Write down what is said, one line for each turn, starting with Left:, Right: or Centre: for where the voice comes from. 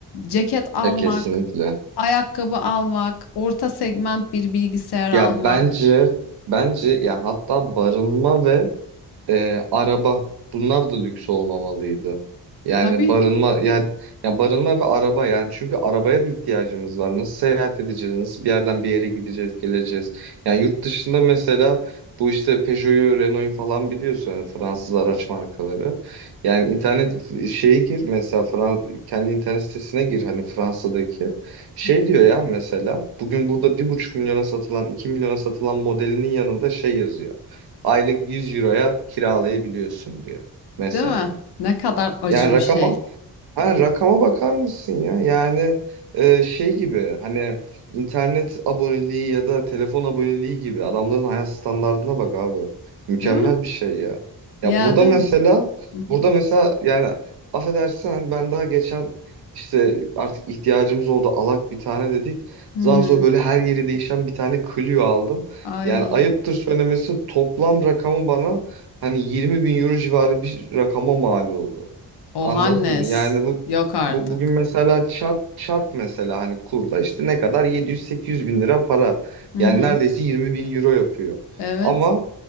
Left: Ceket almak,
Right: Ya kesinlikle.
Left: ayakkabı almak, orta segment bir bilgisayar almak.
Right: Ya bence bence ya hatta barınma ve e, araba bunlar da lüks olmamalıydı. Yani
Left: Tabii.
Right: barınma yani ya barınma ve araba yani çünkü arabaya da ihtiyacımız var. Nasıl seyahat edeceğiz? Nasıl bir yerden bir yere gideceğiz, geleceğiz? Yani yurt dışında mesela bu işte Peugeot'u, Renault'u falan biliyorsun yani Fransız
Left: Hı hı.
Right: araç markaları. Yani internet f- şeye gir mesela Fran kendi internet sitesine gir hani Fransa'daki. Şey
Left: Hı hı.
Right: diyor ya mesela bugün burada bir buçuk milyona satılan, iki milyona satılan modelinin yanında şey yazıyor aylık 100 euroya kiralayabiliyorsun diyor mesela.
Left: Değil mi? Ne kadar acı
Right: Yani rakama
Left: bir şey.
Right: Ha, rakama bakar mısın ya? Yani e, şey gibi hani internet aboneliği ya da telefon aboneliği gibi adamların hayat standardına bak abi. Mükemmel
Left: Değil mi?
Right: bir şey ya. Ya
Left: Ya
Right: burada
Left: değil
Right: mesela
Left: mi? Hı hı.
Right: burada mesela yani affedersin hani ben daha geçen işte artık ihtiyacımız oldu alak bir tane dedik.
Left: Hı
Right: Zar
Left: hı.
Right: zor böyle her yeri değişen bir tane Clio aldım.
Left: Ay.
Right: Yani ayıptır söylemesi toplam rakamı bana hani 20 bin euro civarı bir rakama mal oldu.
Left: Ohannes.
Right: Anladın mı? Yani bu,
Left: Yok artık.
Right: bu bugün mesela çarp çarp mesela hani kurla işte ne kadar 700-800 bin lira para.
Left: Hı hı.
Right: Yani neredeyse 20 bin euro yapıyor.
Left: Evet.
Right: Ama